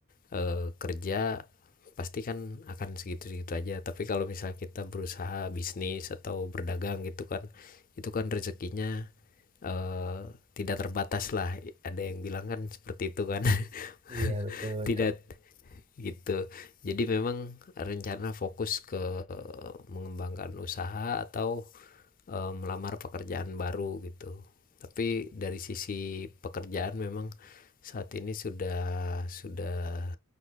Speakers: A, on the left (about 40°); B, on the right (about 30°).
A: eh, kerja pasti kan akan segitu-segitu aja tapi kalau misalnya kita berusaha bisnis atau berdagang gitu kan itu kan rezekinya eh, tidak terbatas lah ada yang bilang kan seperti itu kan <laughs>
B: Iya, betul, betul.
A: tidak gitu jadi memang rencana fokus ke mengembangkan usaha atau e, melamar pekerjaan baru gitu tapi dari sisi pekerjaan memang saat ini sudah sudah